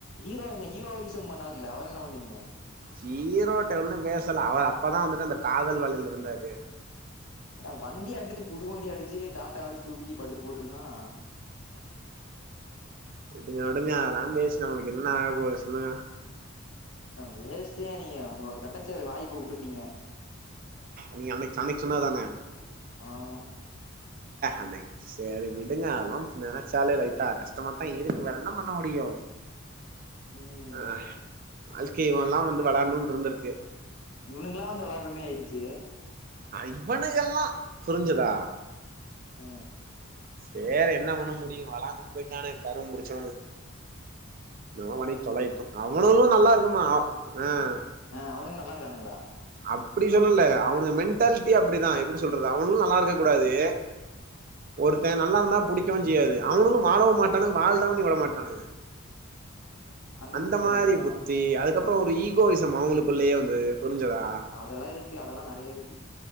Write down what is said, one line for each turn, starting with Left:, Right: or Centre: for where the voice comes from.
Left: ஹீரோ என்ன ஹீரோ ஈசம் பண்ணாருல அவர் என்ன பண்ணீங்க
Right: ஹீரோட்ட ஒன்னு பேசல அவர் அப்பதா வந்துட்டு அந்த காதல் வலையில இருந்தாரு
Left: ஏ வண்டி அடித்து புது வண்டி அடிச்சு தாத்தா அடிச்சு தூக்கி படுக்க போட்ருக்கான்
Right: விடுங்க விடுங்க அதெல்லா பேசி நமக்கு என்ன ஆக போது சொல்லுங்க
Left: வேஷ்ட்யா நீங்க உங்களோட கெடச்ச வாய்ப்பே விட்டுட்டீங்க
Right: நீங்க அன்னைக்கு சொன்னது தானே
Left: ஆமா
Right: அன்னைக் செரி விடுங்க அத்லான் நெனச்சாலே லைட்டா கஷ்டமாத்தா இருக்கு வேற என்ன பண்ண முடியு
Left: ம்
Right: அஹ் வாழ்கை இவன்லா வந்து விளாட்னுன்னு இருந்திருக்கு
Left: இவனுங்கலா வெளாட்ற மாரி ஆய்டுச்சு
Right: அஹ் இவனுங்களா புரிஞ்சிதா
Left: அஹ்ன்
Right: வேற என்ன பண்ண முடியு வெளான்டுட்டு போய்ட்டானே கருமம் புடிச்சனுவோ என்னவோ பண்ணி தொலையட்டு
Left: அம்
Right: அவனுலு நல்லா இருக்குமா அஹ்ன்
Left: அஹ்ன் அவனுங்க நல்லா இருக்கானுங்களா
Right: அப்டி சொல்லல அவனுக மென்டாலிட்டி அப்டிதான் எப்படி சொல்றது அவுனுளு நல்லா இருக்க கூடாது ஒருத்தன் நல்லா இருந்தா புடிக்கவு செய்யாது அவனுளு வாழவு மாட்டானு வாழ்றவனையு விட மாட்டானுக
Left: <unintelligible>
Right: அந்த
Left: லூஸ் பயலுகளா
Right: மாரி புத்தி அதுக்கப்புறோ ஒரு ஈகோவிசம் அவங்களுக்குள்ளயே வந்து புரிஞ்சிதா
Left: அதெல்லா இருக்கு அதெல்லா நறைய இருக்கு